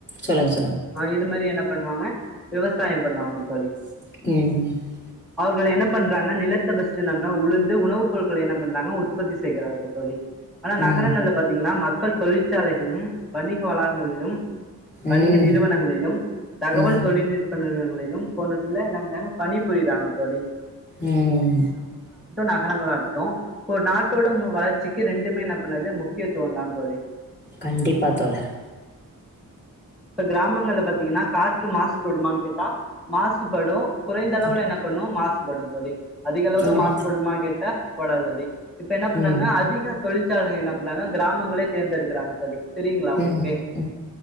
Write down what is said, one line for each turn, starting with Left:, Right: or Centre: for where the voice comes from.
Left: சொல்லுங்க, சொல்லுங்க.
Centre: ஆ இது மாரி என்ன பண்ணுவாங்க விவசாயோ பண்ணுவாங்க தோழி.
Left: <unintelligible>
Centre: அவர்கள் என்ன பண்றாங்க நிலத்த ஃபர்ஸ்டு நல்லா உலுந்து, உணவு பொருட்கள் என்ன பண்றாங்க உற்பத்தி செய்கிறார்கள் தோழி. ஆனா நகரங்கள்ல
Left: ம்
Centre: பாத்திங்கனா மக் மக்கள் தொழிற்சாலைகலும், வணிக வளாகங்களிலும் வணிக
Left: ம்
Centre: நிறுவனங்களிலும் தகவல்
Left: ம்
Centre: தொழில்நுட்ப நிறுவன <unintelligible> போன்றதுல நம்-நம்ம பணிப் புரியிதாங்க தோழி.
Left: ம்
Centre: நகரங்கள் ஆகட்டும் இப்ப ஒரு நாட்டோட மூ வளர்ச்சிக் க்கி ரெண்டுமே என்ன பண்ணது முக் முக்கியத்துவந்தா தோழி.
Left: கண்டிப்பா தோழர்.
Centre: இப்ப கிராமங்கள்ல பாத்தீங்கன்னா, காற்று மாசு கூடுமானு கேட்டா மாசுபடும் குறைந்த அளவுல
Left: பாரு.
Centre: என்ன பண்ணு மாசுபடும் தோழி. அதிக அளவுல
Left: ஆமா
Centre: மாசுபடுமான்னு கேட்டா போடாது தோழி. இப்ப என்ன பண்றாங்க
Left: ம்
Centre: அதிகார தொழிற்சாலைங்க என்ன பண்றாங்க கிராமங்களே தேர்ந்தெடுக்கிறாங்க தோழி. தெரியுங்களா உங்களுக்கு
Left: ம் ம்